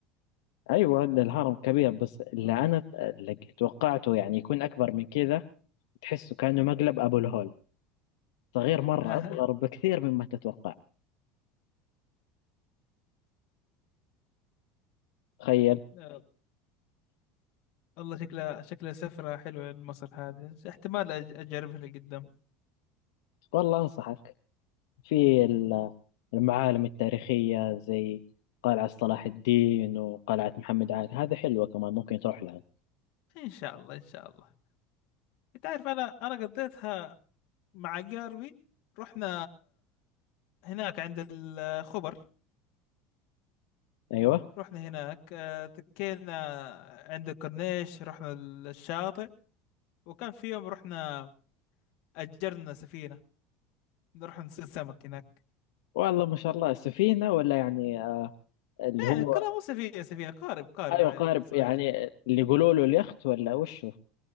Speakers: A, on the left (about 80°); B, on the left (about 60°).
A: أيوة الهرم كبير بس اللي أنا ت- اللي توقعته يعني يكون أكبر من كذا تحسه كأنه مقلب أبو الهول صغير مرة
B: آه.
A: أصغر بكثير مما تتوقع تخيل
B: آه. <laughs> الله شكلها شكلها سفرة حلوة لمصر هذه احتمال أج- أجربها لقدام
A: والله أنصحك في ال- المعالم التاريخية زي قلعة صلاح الدين وقلعة محمد علي هذا حلوة كمان ممكن تروح لها
B: إن شاء الله إن شاء الله أنت عارف أنا أنا قضيتها مع قاربي رحنا هناك عند الخبر
A: أيوة
B: رحنا هناك آه، تكينا عند الكورنيش رحنا الشاطئ وكان في يوم رحنا أجرنا سفينة نروح نصيد سمك هناك
A: والله ما شاء الله سفينة ولا يعني آه، اللي
B: ايه
A: هو
B: كلها مو سفينة سفينة قارب قارب
A: أيوة
B: عادي
A: قارب
B: صغير
A: يعني اللي يقولوا له اليخت ولا وشو